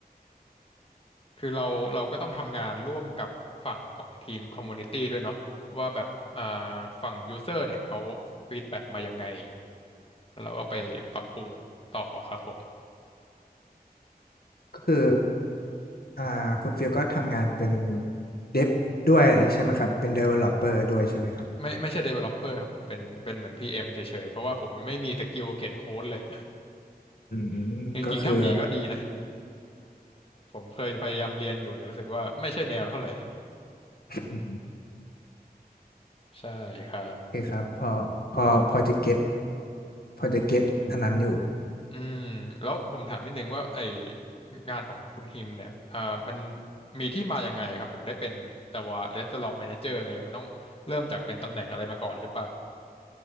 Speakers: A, on the left; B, on the left.
A: คือเราเราก็ต้องทำงานร่วมกับฝั่งของทีมคอมมูนิตี้ด้วยเนาะว่าแบบอ่าฝั่งยูเซอร์เนี่ยเขาฟีดแบ็กมายังไงแล้วเราก็ไปปรับปรุงต่อครับผม
B: ก็คือ อ่าคุณฟิลก็ทำงานเป็นเดฟด้วยใช่ไหมครับเป็น developer ด้วยใช่ไหมครับ
A: ไม่ไม่ใช่ developer ครับผมเป็นเป็นเหมือน PM เอ็มเฉยๆเพราะว่าผมไม่มีสกิลเขียนโค้ดเลย
B: อืมก็คือ
A: <laughs> จริงๆถ้ามีก็ดีนะผมเคยพยายามเรียนอยู่แต่รู้สึกว่าไม่ใช่แนวเท่าไหร่
B: <clears throat>
A: ใช่ครับ
B: โอเคครับพอพอพอจะเก็ตพอจะเก็ตอันนั้นอยู่
A: อืมแล้วผมถามนิดนึงว่าไองานของคุณฮิมเนี่ยอ่ามันมีที่มายังไงครับถึงได้เป็นแต่ว่าเรส t ต u ร a องแมเนเจอร์เลยมันต้องเริ่มจากเป็นตำแหน่งอะไรมาก่อนหรือเปล่า